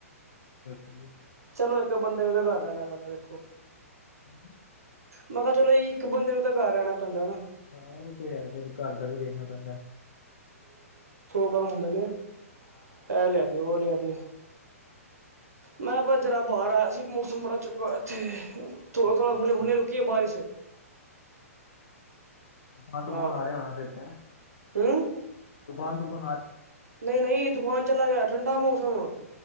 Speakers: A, on the left; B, on the right.
A: <unintelligible>
B: ਚਲੋ ਇੱਕ ਬੰਦੇ ਉਹਦੇ ਘਰ ਰਹਿਣਾ ਪੈਂਦਾ ਫਿਰ। <unintelligible>
A: <inaudible>
B: ਮੈਂ ਕਿਹਾ ਚਲੋ ਜੀ ਇੱਕ ਬੰਦੇ ਨੂੰ ਤਾਂ ਘਰ ਰਹਿਣਾ ਪੈਂਦਾ ਨਾਂ।
A: ਹਾਂ, ਉਹ ਤੇ ਹੈ ਫਿਰ ਘਰ ਦਾ ਵੀ ਦੇਖਣਾ ਪੈਂਦਾ।
B: <inaudible> ਐ ਲਿਆ ਦੇ ਉਹ ਲਿਆ ਦੇ ਮੈਂ ਬਸ ਜਿੜਰਾ ਬਾਹਰ ਆ ਸੀ ਮੌਸਮ ਬੜਾ ਚੰਗਾ ਇੱਥੇ ਥੋੜ੍ਹਾ,
A: ਅੱਛਾ-ਅੱਛਾ
B: ਥੋੜ੍ਹਾ, ਹੁਣੇ, ਹੁਨੇ ਰੁਕੀਏ ਬਾਰਿਸ਼।
A: <unintelligible>
B: ਹਾਂ ਹੂੰ
A: ਤੂਫਾਨ ਸਗੋਂ
B: ਨਹੀਂ, ਨਹੀਂ ਤੂਫਾਨ ਚਲਾ ਗਿਆ। ਠੰਡਾ ਮੌਸਮ।